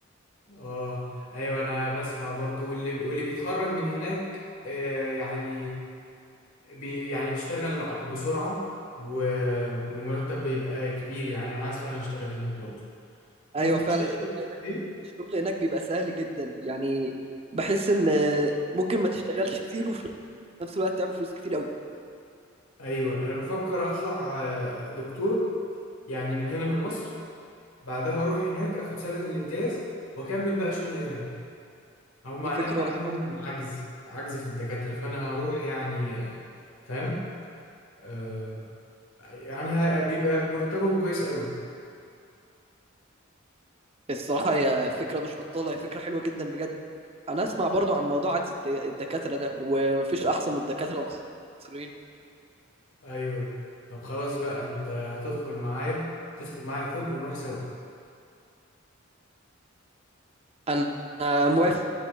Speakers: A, on the left; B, on the right.
A: اه ايوه انا بسمع برضو واللي واللي بيتخرج من هناك آه يعني بي... يعني بيشتغل ع- بسرعة و... والمرتب بيبقى كبير يعني انا عايز فعلا اشتغل هناك برضو ممكن
B: ايوه فعلا
A: اشتغل
B: الشغل هناك
A: ايه
B: الشغل هناك بيبقى سهل جدا يعني بحس ان ممكن ما تشتغلش كتير وفي نفس الوقت تعمل فلوس كتير قوي
A: ايوه انا بفكر اطلع آه، دكتور يعني من هنا من مصر بعدها اروح هناك اخد سنة الامتياز واكمل بقى شغلي هناك هم
B: دي
A: هناك
B: فكره
A: عندهم
B: رهيبه
A: عجز عجز في الدكاترة فأنا هروح يعني آه، فاهم آه يعني ه- بيبقى مرتبهم كويس قوي
B: الصراحة هي فكرة مش بطالة هي فكرة حلوة جدا بجد أنا أسمع برضو عن موضوع عجز الت- الدكاترة ده ومفيش أحسن من الدكاترة المصريين
A: أيوه طب خلاص بقى أنت هتدخل معايا تدخل معايا طب ونروح سوا
B: أنا موافق